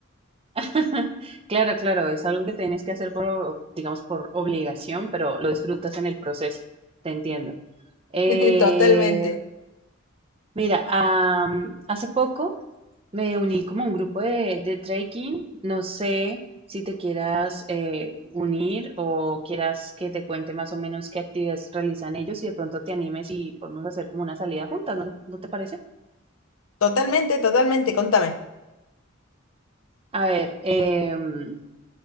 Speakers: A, on the right; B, on the left.
A: <laughs> Claro, claro, es algo que tienes que hacer por, digamos, por obligación, pero lo disfrutas en el proceso. Te entiendo. Eh,
B: <laughs> totalmente,
A: mira, am, hace poco Me uní como a un grupo de, de trekking. No sé si te quieras eh, unir o quieras que te cuente más o menos qué actividades realizan ellos y de pronto te animes y podemos hacer como una salida juntas, ¿no, no te parece?
B: totalmente, totalmente, contame.
A: A ver, em,